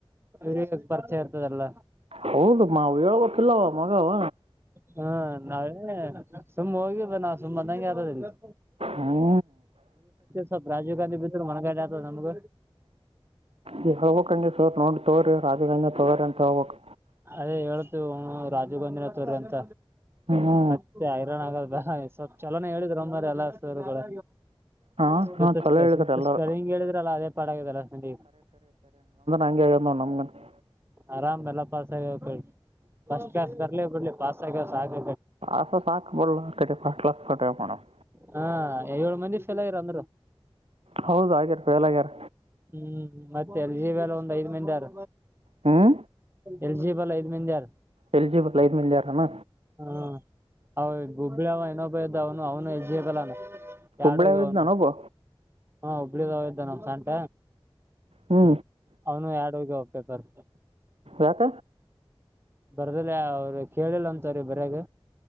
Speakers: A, on the right; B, on the right.
A: ಇವ್ರಿಗೆ ಪರಿಚಯ ಇರ್ತದಲ್ಲ
B: ಹೌದು ಮಾವು ಹೇಳ್ಬೇಕಿಲ್ಲವ ಮಗವ
A: ಹಾ ನಾವೇ ಸುಮ್ಮ್ ಹೋಗಿದ್ದ ನಾವು ಸುಮ್ಮ್ ಅಂದಗೆ ಯಾರದ
B: ಹ್ಞೂ
A: ಸ ರಾಜೀವ ಗಾಧಿ ಭತರು ಮನ ಕಾಯ ಜತ ಅಂದಗ
B: ಈಗ ಹೋಗಕ್ಂಗ ಸರ್ ನೋಡಿ ತಗ್ರಿ ರಾಜುಗಾಂಧಿ ತೊಗೋರಿ ಅಂತ ಹೋಗಕ್
A: ಅದೇ ಹೇಳೇತು ರಾಜು ಗಾಂಧಿ ತೊಗರಿ ಅಂತ
B: ಹ್ಞೂ
A: ಮತ್ತೆ ಐರಣ್ ಆಗಲ್ವಾ ಸ್ವಲ್ ಚಲೋನ ಹೇಳಿದ್ ಮಾರಾಯ ಎಲ್ಲಾ ಸಾರಗಳು
B: ಹಾಂ
A: ಸ
B: ಹಾಂ ಚಲೋ
A: ಸ್ಪೆ
B: ಹೇಳಿದ್ರಿ
A: ಸುತ್ತ
B: ಎಲ್ಲರೂ
A: ಸ್ಪೆಲಿಂಗ್ ಹೇಳಿದ್ರಲ್ಲ ಅದೇ ಪಾಡ ಆಗದಲ್ಲ <unintelligible>
B: ಅಗೆ ಹೇಳ್ <unintelligible> ನಮ್ಮ <unintelligible>
A: ಆರಾಮ್ ಎಲ್ಲ ಪಾಸ್ ಆಗ್ಯವ್ ಫಸ್ಟ್ ಕ್ಲಾಸ್ ಬರ್ಲಿೇ ಬಿಡ್ಲಿ ಪಾಸ್ ಆಗ್ಯ ಸಾಕ್
B: ಆಸ್ಟೇ ಸಾಕ ಬುಡ್ಲ ಕಡೆ ಪಾಸ್ಟ್ ಕ್ಲಾಸ್ ಕಟ್ಕಯಡ್ ಏನ್ಮಾಡಮ್ಮ
A: ಹಾ ಏಳ ಮಂದಿ ಫೇಲ್ ಆಗ್ಯಾರ ಅಂದ್ರು.
B: ಹೌದು ಆಗ್ಯಾರ ಫೇಲ್ ಆಗ್ಯಾರ
A: ಹ್ಮ್ ಮತ್ತೆ ಎಲ್ ಎಲ್ಲ ಒಂದ್ ಐದ್ ಮಂದಿಾರ
B: ಹ್ಞೂ
A: ಎಲ್ಜಿಬಲ್ ಐದು ಮಂದಿಹಾರ
B: ಎಲಿಜಿಬಲ್ ಐದು ಮಿಲ್ಯಾರನ
A: ಹ ಹ ಗೂಬಳಾವನ <unintelligible> ಬ ಇದ್ದ <unintelligible> ಅವನು ಅವನು ಎಜ್ಜಲ್ಲಾನ <unintelligible>
B: ಹುಬ್ಳ್ಯಾಗ
A: ಎರಡು ಹೋಗ್ಯಾವ
B: ಇದ್ದ
A: ಅವನು
B: ನಾನೊಬ್ಬ
A: ಹುಬ್ಬಳ್ಳಿ ಇದ ನಮ ಸಟ
B: ಹ್ಞೂ
A: ಅವನು ಎರಡುಹೋಗ್ಯಾವ ಪೇಪರ್
B: ಯಕ
A: ಬರ್ದಿಲ್ಲಯ ಅವ್ರ ಕೇಳಿಲ್ಲ ಅಂತವ್ರೀ ಬರ್ಯಾಗ